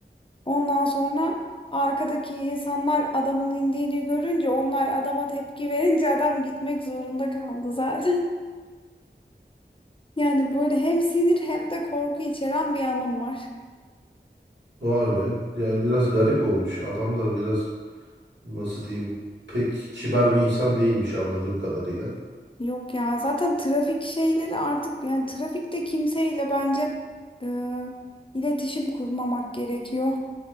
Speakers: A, on the left; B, on the right.
A: Ondan sonra arkadaki insanlar adamın indiğini görünce, onlar adama tepki verince adam gitmek zorunda kaldı zaten. Yani böyle hem sinir hem de korku içeren bir anım var.
B: Vay be. Yani biraz garip olmuş. Adam da biraz nasıl diyeyim pek kibar bir insan değilmiş anladığım kadarıyla.
A: Yok ya zaten trafik şeyleri artık yani trafikte kimseyle bence e, iletişim kurmamak gerekiyor.